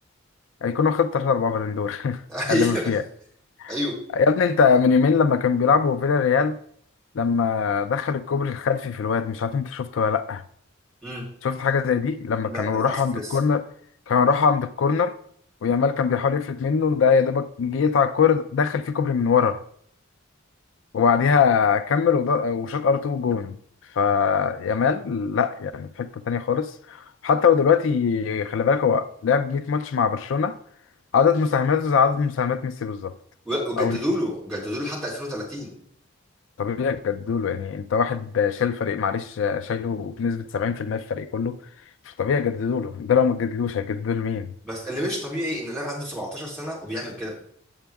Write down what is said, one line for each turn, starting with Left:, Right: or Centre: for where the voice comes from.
Left: هيكون واخد تلاتة أربعة بالون دور <laughs>
Centre: <laughs> ايوه
Left: اللي ما فيها
Centre: ايوه
Left: يا ابني أنت من يومين لما كان بيلعبوا فيلا ريال لما دخل الكوبري الخلفي في الواد مش عارف أنت شفته ولا لأ
Centre: امم
Left: شفت حاجة زي دي لما
Centre: لا
Left: كانوا
Centre: للاسف
Left: راحوا عند
Centre: لسه
Left: الكورنر كانوا راحوا عند الكورنر ويامال كان بيحاول يفلت منه ده يا دوبك جه يقطع الكورة دخل فيه كوبري من ورا وبعديها كمل وض- وشاط ار 2 جون فيامال لا يعني في حتة تانية خالص حتى هو دلوقتي خلي بالك هو لعب 100 ماتش مع برشلونة عدد مساهماته زي عدد مساهمات ميسي بالظبط
Centre: و- وجددوا
Left: أو
Centre: له جددوا له لحد 2030
Left: طبيعي جدوله يعني أنت واحد شايل فريق معلش شايله بنسبة 70% في المية في الفريق كله فطبيعي جددوله ده لو ما تجددلوش هيجددوله مين؟
Centre: بس اللي مش طبيعي ان اللاعب عنده 17 سنه وبيعمل كده